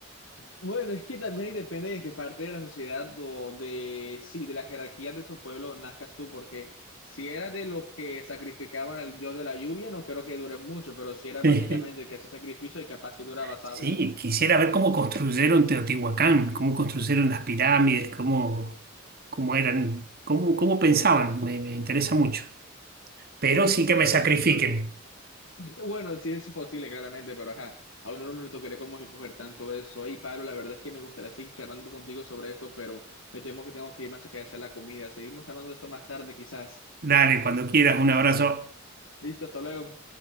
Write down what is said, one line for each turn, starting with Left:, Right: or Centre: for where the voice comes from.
Left: Bueno, es que también depende de qué parte de la sociedad o de, sí, de las jerarquías de esos pueblos nazcas tú, porque si eras de los que sacrificaban al dios de la lluvia, no creo que dure mucho, pero si eras
Right: <laughs>
Left: básicamente el que hacía sacrificio y capaz si duraba, ¿sabes?
Right: Sí, quisiera ver cómo construyeron Teotihuacán, cómo construyeron las pirámides, cómo, cómo eran, cómo, cómo pensaban. Me, me interesa mucho. Pero
Left: Ok,
Right: sí
Left: me
Right: que me
Left: parece
Right: sacrifiquen.
Left: chévere. <laughs> Bueno, sí es posible, claramente, pero ajá, a uno no le tocaría como que coger tanto eso. Y Pablo, la verdad es que me gustaría seguir charlando contigo sobre esto, pero me temo que tengo que irme a sacar a hacer la comida. Seguimos hablando de esto más tarde, quizás.
Right: Dale, cuando quieras, un abrazo.
Left: Listo, hasta luego.